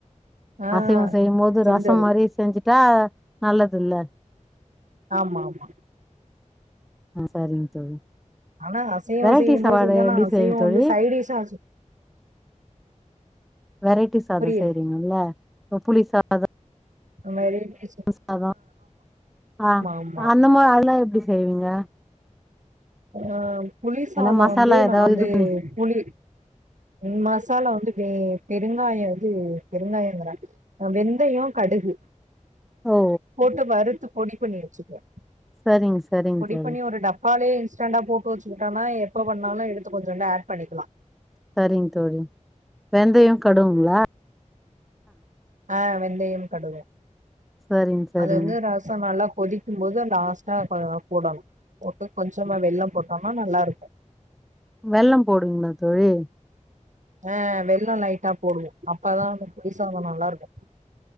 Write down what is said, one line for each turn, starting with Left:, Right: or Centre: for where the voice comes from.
Right: ஆ
Centre: அசைவம் செய்யும் போது
Right: செஞ்சது
Centre: ரசம் மாரி செஞ்சுட்டா நல்லதுல்ல
Right: ஆமா ஆமா
Centre: ஆ சரிங்க தோழி
Right: ஆனா அசைவ
Centre: வெரைட்டி
Right: செய்யும்
Centre: சாப்பாடு
Right: போது செஞ்சோன்னா
Centre: எப்டி
Right: அசைவ
Centre: செய்வீங்க
Right: வந்து
Centre: தோழி
Right: சைடிஷா
Centre: வெரைட்டி சாத
Right: புரியல
Centre: செய்றீங்கல்ல ஆ புளி சாத
Right: அது மாரி <unintelligible>
Centre: சாத ஆ
Right: ஆமா
Centre: அந்த மா அதெல்லா எப்டி செய்வீங்க
Right: ஆ புளி சாதோ
Centre: எல்லா மசாலா
Right: வந்து
Centre: ஏதாவது
Right: நா வந்து
Centre: இது பண்ணி
Right: புளி ம் மசாலா வந்து பெ பெருங்காய அது பெருங்காயங்கிற ஆ வெந்தயம் கடுகு
Centre: ஓ
Right: போட்டு வறுத்து பொடி பண்ணி வச்சுப்போ
Centre: சரிங்க சரிங்க
Right: பொடி
Centre: தோழி
Right: பண்ணி ஒரு டப் காலையே இன்ஸ்டண்டா போட்டு வச்சுக்கிட்டன்னா எப்ப வேண்ணாலு எடுத்து கொஞ்சோண்டு ஆட் பண்ணிக்கலா
Centre: சரிங் தோழி வெந்தய கடுவுங்களா
Right: ஆ வெந்தயம் கடுகு
Centre: சரிங்க சரிங்க
Right: அது வந்து ரஸ் ஸோ நல்லா கொதிக்கும் போது லாஸ்ட்டா கொ போடணு போட்டு கொஞ்சமா வெல்லம் போட்டோம்னா நல்லாருக்கு
Centre: வெல்லம் போடுவிங்களா தோழி
Right: ஆ வெல்லம் லைட்டா போடுவோ அப்பதா அந்த புளிசாத நல்லாருக்கு